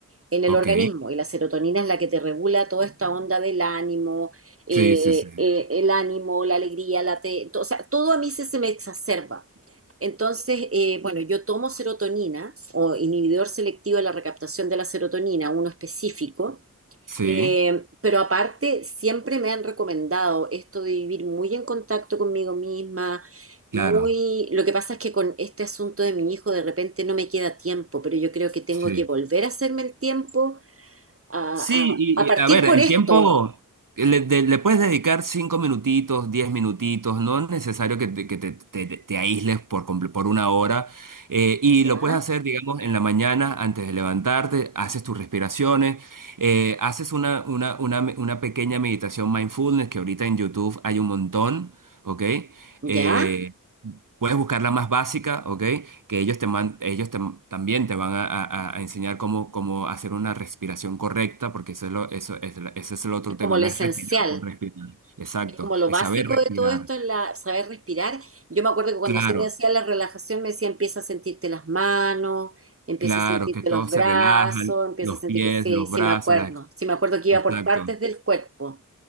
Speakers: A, on the right; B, on the right.
A: en el
B: ok.
A: organismo y la serotonina es la que te regula toda esta onda del ánimo, eh,
B: Sí, sí, sí,
A: eh, el ánimo, la alegría, la te- to- o sea, todo a mí se, se me exacerba. Entonces, eh, bueno, yo tomo serotonina o inhibidor selectivo de la recaptación de la serotonina, uno específico,
B: sí,
A: eh, pero aparte siempre me han recomendado esto de vivir muy en contacto conmigo misma,
B: claro,
A: muy... Lo que pasa es que con este asunto de mi hijo de repente no me queda tiempo, pero yo creo que tengo
B: sí.
A: que volver a hacerme el tiempo a,
B: Sí,
A: a-
B: y
A: a partir
B: y, a ver,
A: por
B: el
A: esto,
B: tiempo le, de- le puedes dedicar cinco minutitos, diez minutitos, no es necesario que te, que te- te- te aísles por, comple- por una hora. eh, y
A: ¿ya?
B: lo puedes hacer, digamos, en la mañana antes de levantarte, haces tus respiraciones, eh, haces una, una, una, me- una pequeña meditación mindfulness que ahorita en YouTube hay un montón, ¿ok? Eh,
A: ¿Ya?
B: Puedes buscar la más básica, ¿ok? Que ellos, te man- ellos te- también te van a, a- a enseñar cómo, cómo hacer una respiración correcta, porque eso es lo- eso es la- ese es el otro
A: Es
B: tema,
A: como lo
B: no
A: esencial,
B: es respirar por respirar. Exacto,
A: es como lo
B: es
A: básico
B: saber respirar.
A: de todo esto, es la, saber respirar. Yo me acuerdo que cuando
B: Claro,
A: sí me decía la relajación, me decía empieza a sentirte las manos, empieza
B: claro,
A: a sentirte
B: que todos
A: los brazos,
B: se relajan,
A: empieza
B: los
A: a sentir
B: pies,
A: que sí,
B: los
A: sí
B: brazos,
A: me acuerdo,
B: las...
A: sí me acuerdo que
B: Exacto,
A: iba por partes del cuerpo.